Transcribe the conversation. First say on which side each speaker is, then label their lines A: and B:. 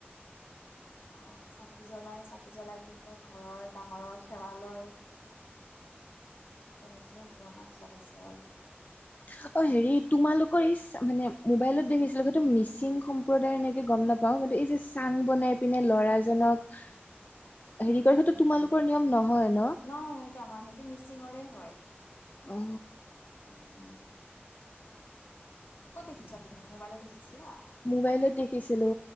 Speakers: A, on the left; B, on the left.
A: অ চাকি জ্বলাই চাকি জ্বলাই পিনে ঘৰৰ ডাঙৰৰ সেৱা লয় তেনেকেই নিয়ম বিলাক আছে আৰু।
B: অ হেৰি তোমালোকৰ ইচ মানে মোবাইলত দেখিছিলো মিচিং সম্প্ৰ- প্ৰদাৰ এনেকে গম নাপাওঁ কিন্তু এই যে চাং বনাই পিনে ল'ৰাজনক হেৰি কৰাৰ ক্ষেত্ৰত
A: উম
B: তোমালোকৰ
A: উম
B: নিয়ম নহয় ন
A: নহয় নহয় সেইটো আমাৰ সেইটো মিচিঙৰে হয়
B: অ
A: উম কত দেখিছা তুমি মোবাইলত দেখিছিলা?
B: মোবাইলত দেখিছিলো।